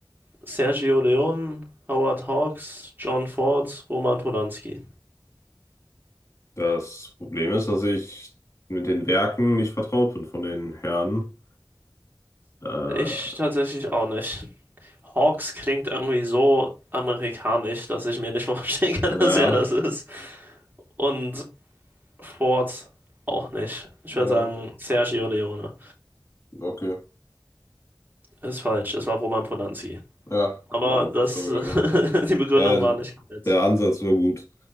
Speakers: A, on the right (about 25°); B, on the left (about 35°).
A: Sergio Leone, Howard Hawks, John Ford, Roman Polanski.
B: Das Problem ist, dass ich mit den Werken nicht vertraut bin von den Herren. Äh,
A: Ich tatsächlich auch nicht. Hawks klingt irgendwie so amerikanisch, dass ich mir nicht <laughs> vorstellen kann,
B: ja,
A: dass er das ist. Und Ford auch nicht. Ich
B: Ja,
A: würde sagen Sergio Leone.
B: okay.
A: Ist falsch, es war Roman Polanski.
B: Ja,
A: Aber
B: wäre auch
A: das,
B: noch so gewesen.
A: <laughs> die Begründung
B: Ja,
A: war nicht komplett.
B: der Ansatz war gut.